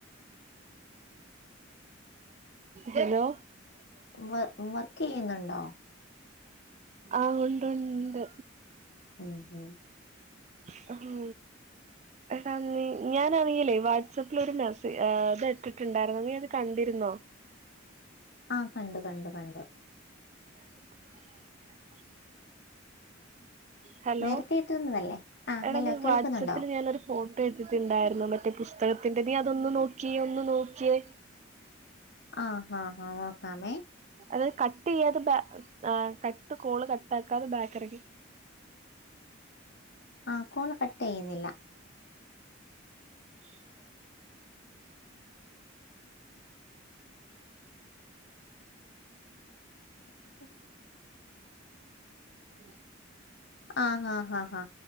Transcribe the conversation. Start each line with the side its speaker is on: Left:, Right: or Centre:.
Right: ഹെലോ
Left: വ വർക്കെയ്യ്ന്ന്ണ്ടോ
Right: ആഹ് ഉണ്ടു ഉണ്ട്
Left: ഉം ഉം
Right: ഹാം എടാ നി ഞാനാണെങ്കിലേ വാട്സപ്പ്ലൊരു മെസെ ഏഹ് ത് ഇട്ട്ട്ട്ണ്ടായ്ര്ന്നു നീ അത് കണ്ടിര്ന്നോ
Left: ആഹ് കണ്ടു കണ്ടു കണ്ടു
Right: <unintelligible> ഹലോ
Left: നേരത്തെ ഇട്ടിരുന്നതല്ലേ ആഹ്
Right: എടാ
Left: ഹലോ
Right: നീ
Left: കേൾക്കുന്നുണ്ടോ
Right: വാട്സപ്പില് ഞാനാെരു ഫോട്ടോ ഇട്ടിട്ട്ണ്ടായ്ര്ന്നു മറ്റേ പുസ്തകത്തിന്റെ നീ അതൊന്ന് നോക്ക്യേ ഒന്ന് നോക്ക്യേ
Left: ആഹ് ഹാ ഹാ നോക്കാമേ
Right: അതായത് കട്ട്യ്യാതെ ബ കട്ട് കോള് കട്ടാക്കാതെ ബാക്കെറെങ്ങി
Left: ആഹ് കോള് കട്ടെയ്യ്ന്നില്ല
Right: <unintelligible>
Left: <unintelligible>
Right: <unintelligible>
Left: ആഹ് ഹാ ഹാ ഹാ